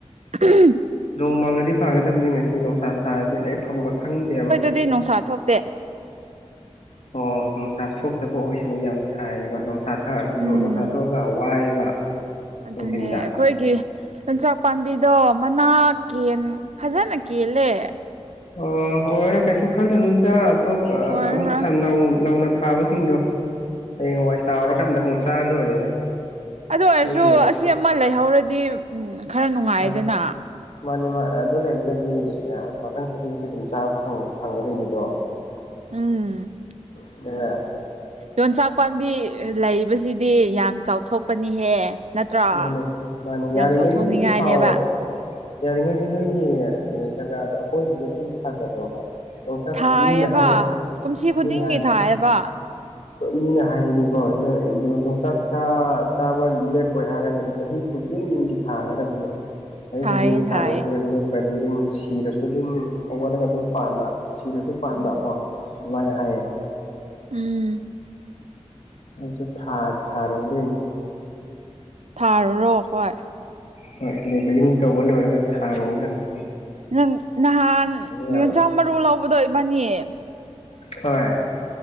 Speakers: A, on the right (about 75°); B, on the left (about 70°).
A: <inaudible>
B: ꯅꯣꯡ ꯃꯡꯉꯗꯤ ꯐꯥꯒꯗꯕꯅꯤ ꯉꯁꯤ ꯅꯨꯡꯁꯥ ꯁꯥꯔꯗꯤ ꯂꯩꯐꯝꯒ ꯈꯪꯗꯦꯕ꯫
A: ꯗꯨꯏ ꯅꯨꯪꯁꯥ ꯊꯣꯛ ꯇꯦ꯫
B: ꯑꯣ ꯅꯨꯡꯁꯥ ꯊꯣꯛꯇꯕ ꯑꯣꯏꯁꯅꯨ ꯌꯥꯝ ꯁꯥꯏꯌꯦꯕ ꯅꯣꯡꯁꯥ ꯊ
A: ꯎꯝ
B: ꯅꯨꯡꯁꯥ ꯊꯣꯛꯑꯒ ꯋꯥꯏꯑꯦꯕ꯫
A: ꯑꯗꯨꯅꯦ
B: ꯅꯨꯡꯊꯤꯟꯗ
A: ꯑꯩꯈꯣꯏꯒꯤ ꯌꯣꯟꯆꯥꯛ ꯄꯥꯝꯕꯤꯗꯣ ꯃꯅꯥ ꯀꯦꯟ ꯐꯖꯅ ꯀꯦꯜꯂꯦ
B: ꯑ ꯑꯣꯏꯔꯣ ꯀꯩꯁꯨ ꯈꯜꯅꯨꯗ ꯑꯇꯣꯞ ꯄ
A: ꯑꯣꯏꯔꯔꯣꯏ
B: ꯑꯃꯨꯛ ꯊꯟ ꯅꯧꯅ ꯊꯥꯕꯁꯤꯡꯗꯣ ꯍꯌꯦꯡꯋꯥꯏ ꯆꯥꯎꯔꯀꯥꯟꯗ ꯑꯃꯨꯛ ꯆꯥꯔ ꯂꯣꯏꯔꯦꯗ
A: ꯑꯗꯨ ꯑꯣꯏꯔꯁꯨ
B: ꯂꯩꯕꯤꯌꯣ
A: ꯑꯁꯤ ꯑꯃ ꯂꯩꯍꯧꯔꯗꯤ ꯎꯝ ꯈ꯭ꯔ ꯅꯨꯡꯉꯥꯏꯗꯅ
B: ꯍꯣꯏ ꯃꯥꯅꯦ ꯃꯥ ꯑꯗꯨ ꯂꯩꯔꯒꯗꯤ ꯑꯥ ꯃꯊꯪ ꯆꯍꯤꯗꯁꯨ ꯑꯗꯨꯝ ꯆꯥꯕ ꯐꯪ ꯐꯪꯒꯗꯣꯏꯅꯤꯗꯣ
A: ꯎꯝ
B: ꯑꯗꯨꯅ
A: ꯌꯣꯟꯆꯥꯛ ꯄꯥꯝꯕꯤ ꯂꯩꯕꯁꯤꯗꯤ ꯌꯥꯝ ꯆꯥꯎꯊꯣꯛꯄꯅꯤꯍꯦ ꯅꯠꯇ꯭ꯔꯣ
B: ꯃꯥꯅꯦ ꯃꯥꯅꯦ
A: ꯌꯥꯝ
B: ꯌꯥꯔꯤꯉꯩꯗꯤ
A: ꯆꯥꯎꯊꯣꯛꯅꯤꯡꯉꯥꯏꯅꯦꯕ
B: ꯑꯗꯨꯝ ꯊꯥꯎꯑꯣ ꯌꯥꯔꯤꯉꯩꯗꯤ ꯅꯣꯏꯒꯤ ꯖꯒꯥꯗꯣ ꯑꯀꯣꯏꯕꯗ ꯑꯗꯨꯝ ꯊꯥꯖꯜꯂꯣꯕ ꯌꯣꯡꯆꯥꯛ
A: ꯊꯥꯏꯌꯦꯕ
B: ꯃꯤꯅ ꯍꯥꯏꯌꯦ
A: ꯀꯨꯝꯁꯤ ꯈꯨꯗꯤꯡꯒꯤ
B: ꯃꯤꯅ ꯍꯥꯏ
A: ꯊꯥꯏꯌꯦꯕ
B: ꯃꯤꯅ ꯍꯥꯏꯕꯗꯤꯀꯣ ꯅꯣꯢ ꯌꯣꯟ ꯌꯣꯡꯆꯥꯛ ꯆꯥ ꯆꯥꯕ ꯂꯦꯞꯄꯣꯏ ꯍꯥꯏꯔꯒꯗꯤ ꯆꯍꯤ ꯈꯨꯗꯤꯡꯒꯤ ꯊꯥꯒꯗꯕꯅꯤ ꯆꯍꯤ
A: ꯊꯥꯏꯌꯦ
B: ꯈꯨꯗꯤꯡꯒꯤ ꯊꯥꯗ
A: ꯊꯥꯏꯌꯦ
B: ꯂꯞ ꯂꯦꯞꯄꯗꯤ ꯑꯗꯨꯝ ꯁꯤꯔꯁꯨ ꯑꯗꯨꯝ ꯍꯧꯒꯠꯂꯒ ꯑꯗꯨꯝ ꯄꯥꯟꯕ ꯁꯤꯔꯁꯨ ꯄꯥꯥꯟꯗꯥ
A: ꯎꯝ
B: ꯀꯣ ꯑꯗꯨꯃꯥꯏ ꯍꯥꯏꯌꯦ
A: ꯎꯝ
B: ꯑꯩꯁꯨ ꯊꯥ ꯊꯥꯔꯣꯗꯣꯏꯅꯤ
A: ꯊꯥꯔꯨꯔꯣ ꯍꯣꯏ
B: ꯍꯣꯏ ꯂꯦꯕꯦꯂꯤꯡ ꯇꯧꯕ ꯂꯣꯏꯔꯒ ꯊꯥꯔꯣꯗꯝꯅꯤ
A: ꯅꯪ ꯅꯍꯥꯟ
B: ꯌꯥꯕ
A: ꯌꯣꯟꯆꯥꯛ ꯃꯔꯨ ꯂꯧꯕꯗꯣ ꯢꯕꯥꯅꯤ
B: ꯍꯣꯏ